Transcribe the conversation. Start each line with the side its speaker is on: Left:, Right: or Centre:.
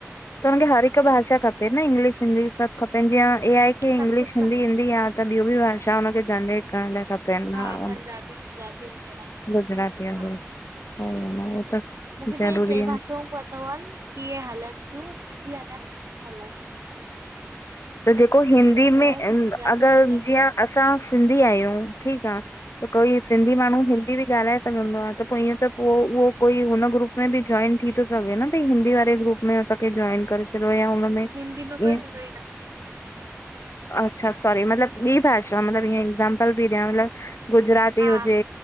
Left: त हुन खे हर हिकु भाषा खपे न, इंग्लिश हिंदी सभु खपनि जीअं ए आई खे
Right: सभु
Left: इंग्लिश
Right: कुझु खपे
Left: हिंदी ईंदी आह त ॿियूं बि भाषा हुनखे जनरेट करण लाइ खपेनि
Right: हा
Left: हां
Right: पंजाबी गुजराती वग़ैरह
Left: गुजराती
Right: हा।
Left: थसि <unintelligible> स न उ त <unintelligible>
Right: मूंखे त ही टे
Left: आहे
Right: भाषाऊं पतो आहिनि, कि ईए हलनि थियूं, ॿियूं बि हलंदियूं हलनि <unintelligible>
Left: त जेको हिंदी
Right: पतो
Left: में
Right: आहे की गुजराती
Left: अगरि
Right: पंजाबी
Left: जीअं
Right: और
Left: असां सिंधी आयूं ठीक आ। त कोई सिंधी माण्हू हिंदी बि ॻाल्हाए सघंदो आ त पो ईअं त पो उहो कोई हुन ग्रुप में बि जइन थी थो सघे न भई हिंदी वारे ग्रुप में असांखे जॉइन करे छॾियो या हुनमें ईअं
Right: हिंदी मां कोई हूंदोई न
Left: अच्छा सॉरी मतलबु ॿी भाषा मतलबु ईअं एक्ज़ामपल पई ॾियां मतलबु गुजराती
Right: हा
Left: हुजे।